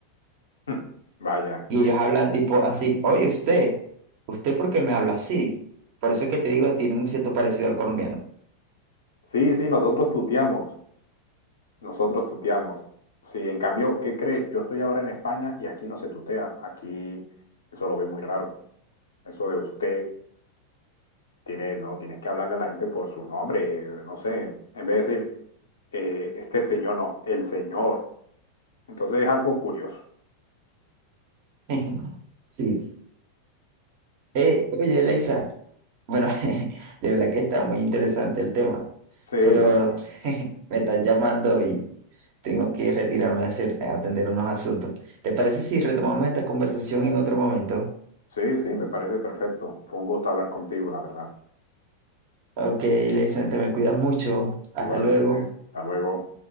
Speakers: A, on the left; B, on the right.
A: Hmm, Vaya,
B: Y
A: que...
B: ellos hablan tipo así, oye usted, ¿usted por qué me habla así? Por eso es que te digo, tienen un cierto parecido al colombiano.
A: Sí, sí, nosotros tuteamos, nosotros tuteamos. Sí, en cambio, ¿qué crees? Yo estoy ahora en España y aquí no se tutea, aquí eso lo ve muy raro. Eso de usted tiene, no, tienes que hablarle a la gente por su nombre, no sé, en vez de decir eh, este señor, no, el señor. Entonces es algo curioso.
B: <laughs> Sí. Eh, oye, Leisa, bueno, <laughs> de verdad que está muy interesante el tema,
A: Sí,
B: pero
A: la verdad.
B: <laughs> me están llamando y tengo que retirarme a hacer, a atender unos asuntos. ¿Te parece si retomamos esta conversación en otro momento?
A: Sí, sí, me parece perfecto. Fue un gusto hablar contigo, la verdad.
B: Ok, Leisa, te me cuidas mucho. Hasta
A: Igualmente,
B: luego.
A: hasta luego.